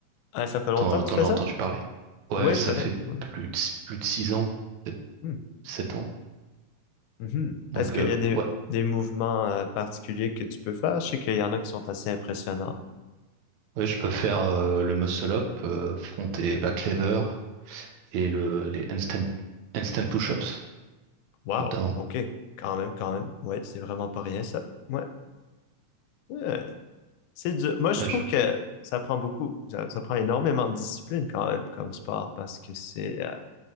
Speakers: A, on the left (about 90°); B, on the right (about 75°).
A: Ah, ça fait longtemps
B: T'en,
A: que
B: t'en
A: tu fais
B: as entendu
A: ça?
B: parler? Ouais,
A: Oui,
B: ça
A: je connais.
B: fait
A: ouais.
B: plus de, plus de 6 ans, peut-être
A: Hmm,
B: 7 ans.
A: mhm.
B: Donc,
A: Est-ce qu'il
B: euh,
A: y a des,
B: ouais.
A: des mouvements euh, particuliers que tu peux faire? Je sais qu'il y en a qui sont assez impressionnants.
B: Ouais, je peux faire euh, le muscle up, euh, front et back lever, et le, les handstand, handstand push-ups,
A: Wow,
B: notamment.
A: ok, quand même, quand même. Ouais, c'est vraiment pas rien ça. Ouais. Ouais. C'est dur. Moi, je
B: Ouais,
A: trouve
B: je-
A: que ça prend beaucoup, ça, ça prend énormément de discipline quand même comme sport parce que c'est euh,